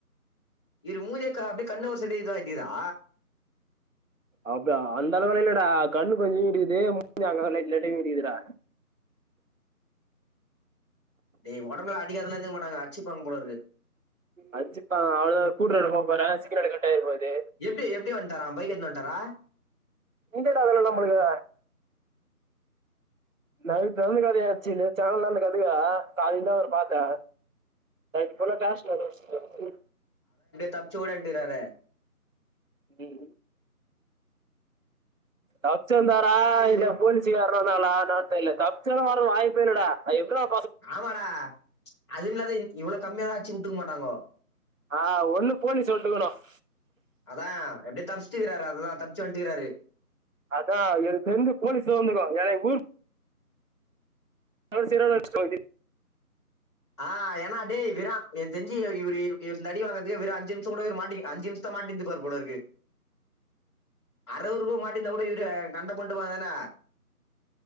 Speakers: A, on the left; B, on the right.
A: இது மூஞ்சே க அப்டியே கண்ணே ஒரு செய்டு இத ஆயிட்டுக்குதா
B: அப்பே அந்த அளவுல இல்லடா கண்ணு கொஞ்சோ வீங்கிட்டுகிது மூஞ்சி அங்கங்க லைட் லைட்டா வீங்கிட்டுகிதுடா
A: டேய் ஒடம்புல்லா அடிக்காதுலா இருந்துக்க மாட்டாங்க அச்சிப்பாங்கு போல இருக்கு
B: அச்சிப்பாங்க அவ்ளதா கூட்ரோடு போவபோறே சீக்னல்லு கட்டாயிர போது
A: எப்டி எப்டி வன்டாரா பைக் எடுத்துனு வந்துட்டாரா
B: இந்தடா அதெல்லா நம்மளுக்கு நைட் நடந்த கதையாச்சு நேத்து சாயங்காலோ தா அந்த கதையே காலைல தா அவர பாத்தே நைட் ஃபுல்லா கிளாஸ்ல ஏதோ ஒன் சொல்சி
A: தப்சி ஓடியாட்டுகிறாரே
B: ம் தப்புச்சு வந்தாரா இல்லே போலீசு யார்னா வந்தகளா என்னானு தெரியல தப்புச்சுல வர வாய்பே இல்லடா அது எப்புற்றா
A: ஆமாடா அதுவு இல்லாத இவ்வளவு கம்மியல்லா அடிச்சு உட்டுருக்க மாட்டாங்கோ
B: ஆ ஒண்ணு போலீஸ் வந்துக்கணும்
A: அதா எப்படியோ தப்பச்சுட்டுருக்கிறாரு அதுதா தப் ச் வண்டுகிறாரு
B: அதா எனக்கு தெரிஞ்சு போலீஸ்ல வந்துருக்கு ஏன ஊர் <unintelligible>
A: ஆ ஏன்னா டே வீரா எனக்கு தெரிஞ்சி இவுர் இவுர் அடி வாங்குறது இவுர் அஞ்சி நிமிஷம் கூட இவர் மாட்டி அஞ்சி நிமிஷம் மாட்டிருந்துப்பார் போல இருக்கு
B: <inaudible>
A: அறுவறு ரூபா மாட்டி இருந்தா கூட இவரு சண்ட போட்டுருப்பாரு தான